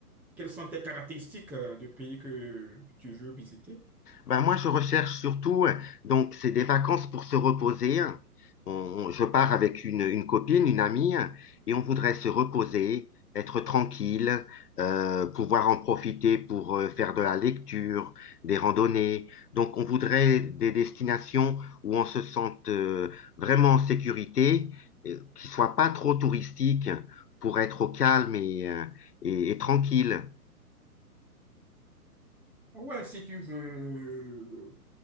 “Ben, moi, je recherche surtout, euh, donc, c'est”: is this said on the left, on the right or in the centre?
Left